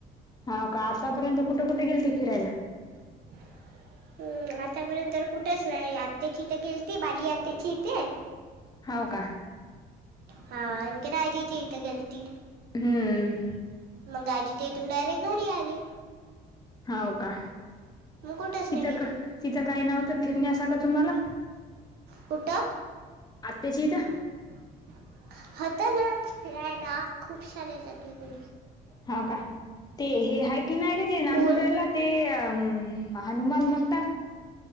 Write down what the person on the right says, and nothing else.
<inaudible> हम्म आतापर्यंत तर कुठच नाई, आत्त्याची ईत गेलती बाली आत्त्याची इते.
हा अंकिता आज्जीच्या इथं गेलती.
मंग आजीच्या इथून डायरेक्ट घरी आली.
मग कुठंच
नाही गेली
कुट?
<inaudible> होता ना फिरायला खूप सारे जागे ग..
ऊन